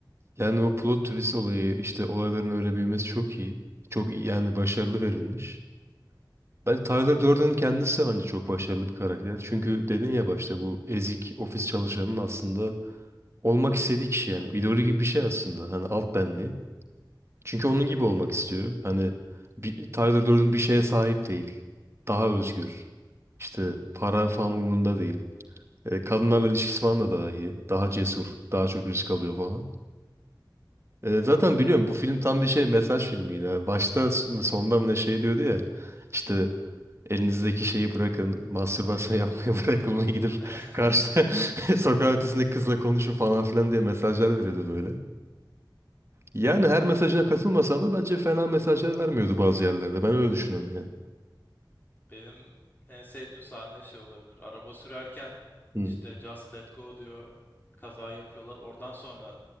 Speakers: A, on the right; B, on the left.
A: Yani o plot twist olayı işte olayların öyle büyümesi çok iyi. Çok iyi- yani başarılı verilmiş. Ben Tyler Durden'ın kendisi de bence çok başarılı bir karakter. Çünkü dedin ya başta bu ezik ofis çalışanının aslında olmak istediği kişi yani. İdolü gibi bir şey aslında. Hani alt benliği. Çünkü onun
B: Evet.
A: gibi olmak istiyor. Hani bir, Tyler Durden bir şeye sahip değil. Daha özgür. İşte para falan umurunda değil. E, kadınlarla ilişkisi falan da daha iyi. Daha cesur. Daha çok risk alıyor falan. E, zaten biliyorum bu film tam bir şey mesaj filmiydi. Yani başta mı sonda mı ne şey diyordu ya. İşte elinizdeki şeyi bırakın. Mastürbasyon yapmaya <laughs> bırakın ve gidip
B: Evet. <laughs>
A: karşıda <laughs> sokak ötesindeki kızla konuşun falan filan diye mesajlar veriyordu böyle. Yani
B: O
A: her mesajına katılmasam da bence fena mesajlar vermiyordu bazı yerlerde. Ben öyle düşünüyorum yani.
B: benim en sevdiğim sahne şey olabilir. Araba sürerken
A: Hı.
B: işte Just Let Go diyor. Kaza yapıyorlar. Oradan sonra